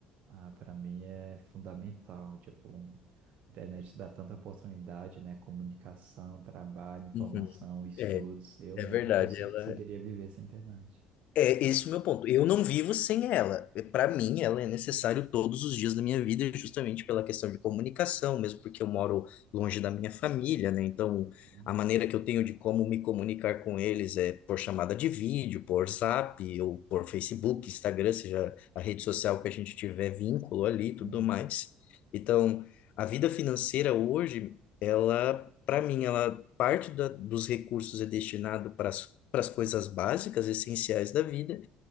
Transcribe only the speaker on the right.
Ah, para mim é fundamental. Tipo, um- a internet dá tanta oportunidade, né? Comunicação, trabalho, informação,
estudos.
Eu
mesmo
não consigo-
conseguiria viver sem internet.
Pra
mim,
hum,